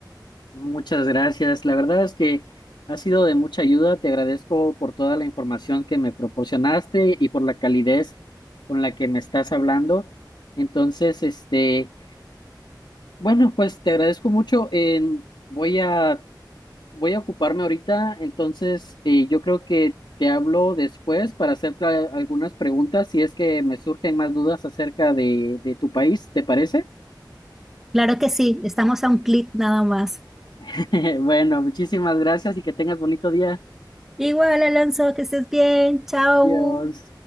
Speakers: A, on the left; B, in the centre.
A: Muchas gracias. La verdad es que ha sido de mucha ayuda. Te agradezco por toda la información que me proporcionaste y por la calidez con la que me estás hablando. Entonces, este... Bueno, pues te agradezco mucho. en- voy a, voy a ocuparme ahorita, entonces eh, yo creo que te hablo después para hacerte a- algunas preguntas si es que me surgen más dudas acerca de, de tu país, ¿te parece?
B: Claro que sí, estamos a un clic nada más.
A: <laughs> Bueno, muchísimas gracias y que tengas bonito día.
B: Igual, Alonso, que estés bien. Chao.
A: Adiós.